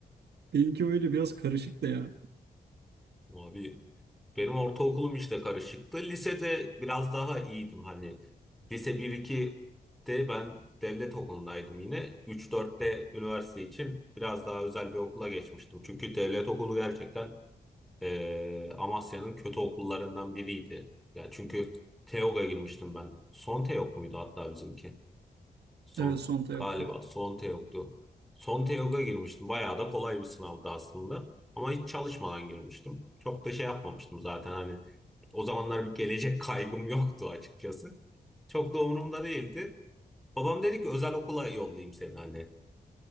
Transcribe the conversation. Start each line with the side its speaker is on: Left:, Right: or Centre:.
Right: e, benimki öyle biraz karışık da ya.
Centre: Abi Benim ortaokulum işte karışıktı. Lisede biraz daha iyiydim hani. Lise 1-2'de ben devlet okulundaydım yine. 3-4'te üniversite için biraz daha özel bir okula geçmiştim. Çünkü devlet okulu gerçekten eee, Amasya'nın kötü okullarından biriydi. Ya çünkü TEOG'a girmiştim ben. Son TEOG muydu hatta bizimki? Son
Right: Evet Sonta yoktu.
Centre: galiba son yoktu. Son Teok'a girmiştim. Bayağı da kolay bir sınavdı aslında. Ama hiç çalışmadan girmiştim. Çok da şey yapmamıştım zaten hani o zamanlar bir gelecek kaygım yoktu açıkçası. Çok da umurumda değildi. Babam dedi ki özel okula yollayayım seni hani.